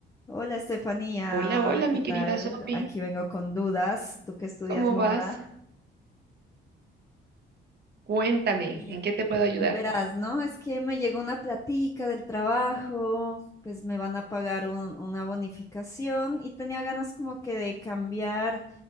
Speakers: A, on the left; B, on the right.
A: Hola Estefanía,
B: Hola, hola,
A: ¿qué
B: mi
A: tal?
B: querida Sophie.
A: Aquí vengo con dudas, tú que estudias
B: ¿Cómo
A: moda.
B: vas? Cuéntame,
A: Bien.
B: ¿en qué te puedo ayudar?
A: Verás, ¿no? Es que me llegó una platica del trabajo, pues me van a pagar un- una bonificación y tenía ganas como que de cambiar